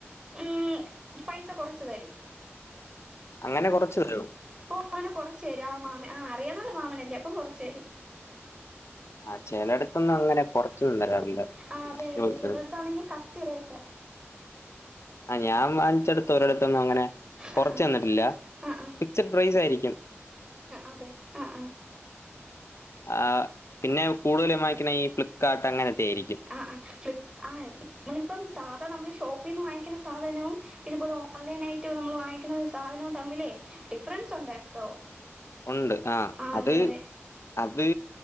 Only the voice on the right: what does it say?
ഉം പൈസ കൊറച്ച് തരും.
ഓഹ് അങ്ങന കൊറച്ചരും ആ മാമൻ ആഹ് അറിയാവുന്നൊരു മാമനല്ലേ അപ്പം കൊറച്ചെരും.
ആഹ് അതേയതേ
ചെലെടത്താണെങ്കി കത്തി റേറ്റാ.
ആ ആ
ആ
അതെ ആഹ് ആഹ്
ആഹ് ആഹ് ഫ്ലിപ്പ് ആഹ് നമ്മളിപ്പം സാധാ നമ്മളീ ഷോപ്പീന്ന് വാങ്ങിക്കണ സാധനം - ഇതുപോലെ ഓൺലൈനായിട്ട് നമ്മള് വാങ്ങിക്കുന്ന സാധനോം തമ്മിലേ ഡിഫ്രെൻസ് ഒണ്ട് കേട്ടോ
ആ
അതെ അതെ